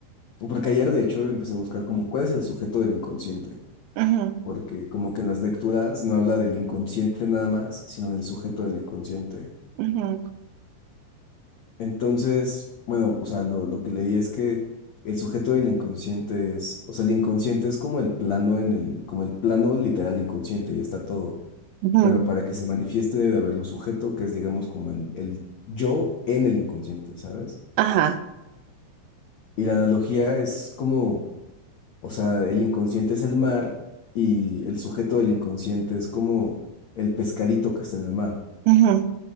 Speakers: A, on the left (about 85°); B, on the right (about 80°).
A: Porque ayer de hecho empecé a buscar como cuál es el sujeto del inconsciente,
B: Ujú,
A: porque como que en las lecturas no habla del inconsciente nada más, sino del sujeto del inconsciente.
B: ujú,
A: Entonces, bueno, o sea, lo, lo que leí es que el sujeto del inconsciente es, o sea, el inconsciente es como el plano en el, como el plano literal inconsciente, y está todo.
B: ujú,
A: Pero para que se manifieste debe de haber un sujeto que es, digamos, como el, el yo en el inconsciente, ¿sabes?
B: Ajá.
A: Y la analogía es como, o sea, el inconsciente es el mar y el sujeto del inconsciente es como el pescadito que está en el mar.
B: ujú.